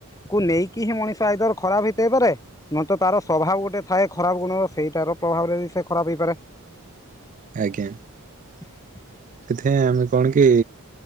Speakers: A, on the left; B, on the right.
A: କୁ ନେଇକି ହିଁ ମଣିଷ ଆଇଦର୍ ଖରାପ ହେଇଥାଏ ଏପାରେ ନଏଲ ତ ତାର ସ୍ଵଭାବ ଗୋଟେ ଥାଏ ଖରାପ ଗୁଣ ସେଇଟା ର ପ୍ରଭାବରେ ବି ସେ ଖରାପ ହେଇପାରେ ।
B: ଆଜ୍ଞା ।
A: <inaudible>
B: ସେଥିପାଇଁ ଆମେ କଣ କି